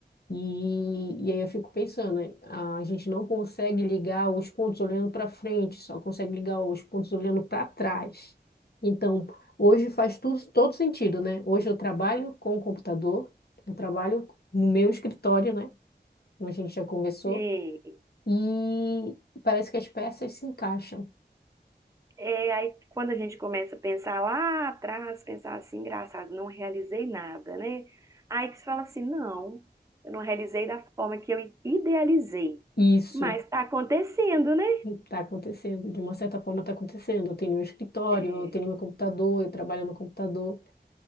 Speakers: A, on the left; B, on the right.
A: E, e aí eu fico pensando, né, a gente não consegue ligar os pontos olhando para frente, só consegue ligar os pontos olhando para trás. Então, hoje faz tudo, todo sentido, né? Hoje eu trabalho com o computador, eu trabalho no meu escritório, né? Como a gente já conversou,
B: Sim.
A: e parece que as peças se encaixam.
B: É, aí quando a gente começa a pensar lá atrás, pensar assim, engraçado, não realizei nada, né? Aí que você fala assim, não, eu não realizei da forma que eu idealizei,
A: Isso
B: mas tá acontecendo, né?
A: está acontecendo, de uma certa forma está acontecendo. Eu tenho meu escritório,
B: É,
A: eu tenho meu computador, eu trabalho no computador,